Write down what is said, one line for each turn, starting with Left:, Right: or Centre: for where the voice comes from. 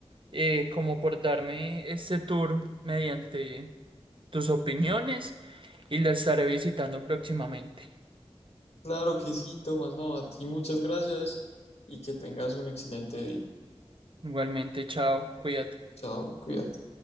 Right: eh, como por darme este tour mediante tus opiniones y la estaré visitando próximamente.
Left: Claro que sí, Tomás, no, a ti muchas gracias y que tengas un excelente día.
Right: Igualmente, chao, cuídate.
Left: Chao, cuídate.